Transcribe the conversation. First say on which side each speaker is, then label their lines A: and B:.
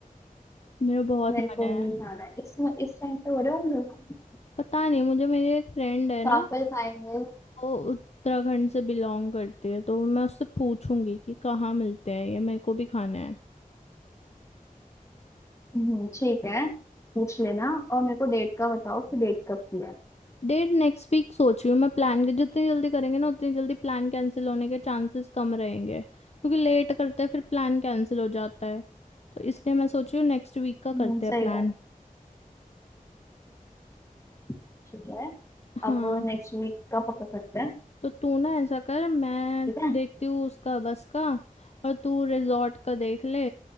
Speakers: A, on the left; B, on the left.
A: मेरा बहुत
B: मेरे को
A: मन है
B: भी खाना है इस इस टाइम पे हो रहे होंगे
A: पता नहीं मुझे मेरी एक फ्रेंड है
B: पापड़
A: ना
B: खाएंगे
A: वो उत्तराखंड से बिलोंग करती है तो मैं उससे पूछूंगी कि कहाँ मिलते हैं ये मेरे को भी खाना है
B: हम्म, ठीक है पूछ लेना और मेरे को डेट का बताओ कि डेट कब की है
A: डेट नेक्स्ट वीक सोच रही हूँ मैं प्लान के जितनी जल्दी करेंगे ना उतनी जल्दी प्लान कैंसिल होने के चांसेस कम रहेंगे क्योंकि लेट करते हैं फिर प्लान कैंसिल हो जाता है तो इसलिए मैं सोच रही हूँ नेक्स्ट वीक का
B: हम्म,
A: करते हैं
B: सही
A: प्लान
B: बात है, ठीक है
A: हाँ
B: अब नेक्स्ट वीक का पक्का करते हैं
A: तो तू ना ऐसा कर मैं
B: ठीक है
A: देखती हूँ उसका बस का और तू रिजॉर्ट का देख ले